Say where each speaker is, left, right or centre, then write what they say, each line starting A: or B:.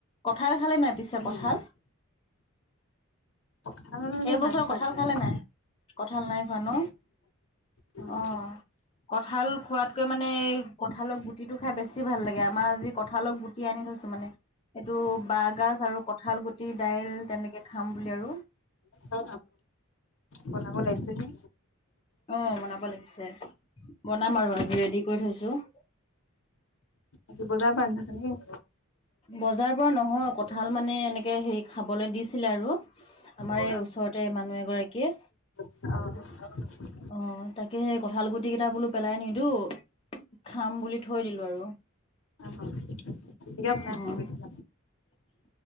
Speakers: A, on the left; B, on the left.
A: কঁঠাল খালে নাই পিছে
B: উম
A: কঁঠাল?
B: খাবলে
A: এইবছৰ
B: নাই খোৱা
A: কঁঠাল
B: এতিয়ালৈকে
A: খালে নাই? কঁঠাল নাই খোৱা ন
B: উম
A: অ'। কঁঠাল খোৱাতকৈ মানে কঁঠালৰ গুটিটো খাই বেছি ভাল লাগে আমাৰ আজি কঁঠালৰ গু টি আনি থৈছোঁ মানে, এইটো বাঁহগাজ আৰু কঁঠাল গুটি দাইল তেনেকে খাম বুলি আৰু।
B: অ বনাব লাগিছে নে?
A: অ বনাব লাগিছে, বনাম আৰু আজি ৰেডি কৰি থৈছোঁ।
B: আজি বজাৰ পা আনি থৈছ নেকি
A: বজাৰৰ পৰা নহয় কঠাল মানে এনেকে হেৰি খাবলৈ দিছিলে আৰু। <unintelligible> আমাৰ
B: অ
A: এই ওচৰতে মানুহ এগৰাকীয়ে। <unintelligible>
B: অঁ <inaudible>
A: অঁ! তাকে সেই কঁঠাল গুটি কেইটা বোলো পেলাই নিদো <unintelligible> খাম বুলি থৈ দিলো আৰু। <inaudible>
B: অ পিটিকা বনাই
A: অঁ!
B: খাব লাগিছিলে